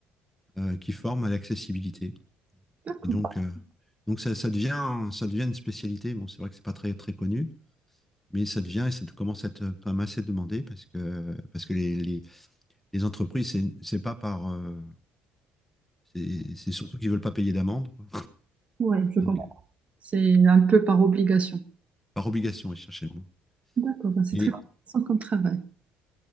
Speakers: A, in the centre; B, on the right.
A: euh, qui forme à l'accessibilité.
B: D'accord.
A: Et donc, euh, donc ça, ça, devient, ça devient une spécialité. Bon, c'est vrai que c'est pas très, très connu, mais ça devient et ça commence à être quand même assez demandé parce que, parce que les, les, les entreprises, c'est, c'est pas par, euh, C'est c'est surtout qu'ils veulent pas payer d'amende, quoi.
B: Ouais, je comprends.
A: Donc,
B: C'est un peu par obligation.
A: par obligation, ils cherchaient le mot.
B: D'accord, ben c'est
A: Et,
B: très intéressant comme travail.